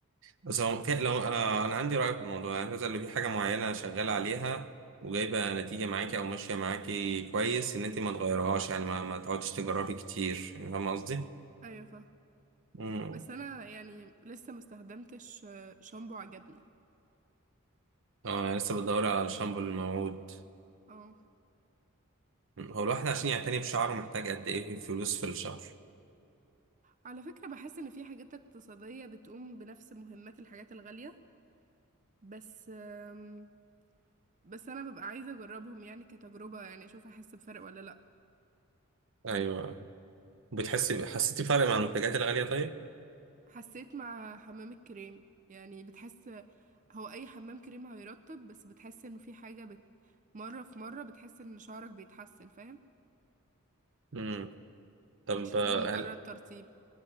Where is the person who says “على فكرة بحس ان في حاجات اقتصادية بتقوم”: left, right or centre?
Right